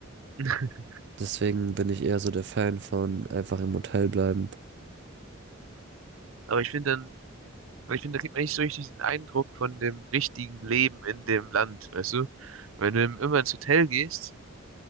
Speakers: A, on the right (about 75°); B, on the right (about 55°).
A: <laughs>
B: Deswegen bin ich eher so der Fan von einfach im Hotel bleiben.
A: Aber ich finde dann, weil ich finde, da kriegt man nicht so richtig den Eindruck von dem richtigen Leben in dem Land, weißt du? Wenn du im- immer ins Hotel gehst,